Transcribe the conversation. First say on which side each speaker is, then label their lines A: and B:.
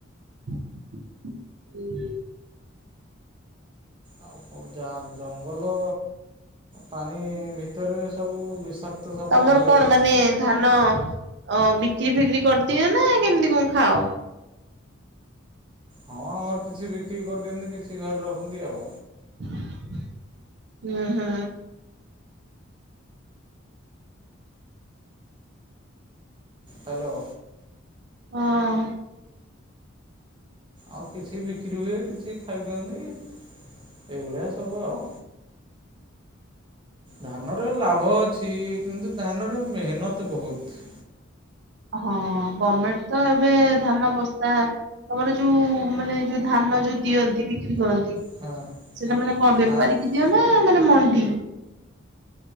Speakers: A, on the right; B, on the right.
A: ହୁଁ।
B: ଆଉ ଯା ଜଙ୍ଗଲ ପାଣି ଭିତରେ ସବୁ ବିଷାକ୍ତ ସାପ
A: ତମର
B: ଅଧିକା
A: କଣ
B: ରୁହନ୍ତି।
A: ମାନେ ଧାନ। ଓ ବିକ୍ରି ଫିକ୍ରି କରିଦିଅ ନା କେମିତି କଣ ଖାଅ?
B: ହଁ ଆମର କିଛି ବିକ୍ରି କରିଦିଅନ୍ତି କିଛି ଘରେ ରଖନ୍ତି ଆଉ।
A: ହୁଁ ହୁଁ।
B: ହ୍ୟାଲୋ।
A: ହଁ।
B: ଆଉ କିଛି ବିକ୍ରି ହୁଏ କିଛି ଖାଇଦିଅନ୍ତି। ଏଇ ଭଳିଆ ସବୁ ଆଉ। ଧାନର ଲାଭ ଅଛି କିନ୍ତୁ ଧାନର ମେହନତ ବହୁତ।
A: ହଁ ଗଭର୍ଣମେଣ୍ଟ ତ ଏବେ ଧାନ ବସ୍ତା ତମର ଯୋଉ ମାନେ ଯଉ ଧାନ ଯଉ ଦିଅନ୍ତି ବିକ୍ରି କରନ୍ତି
B: ହଁ
A: ସେଟା ମାନେ କଣ ବେପାରୀ
B: ହଁ
A: କି ଦିଅ ନା ମାନେ ଣ୍ଡି।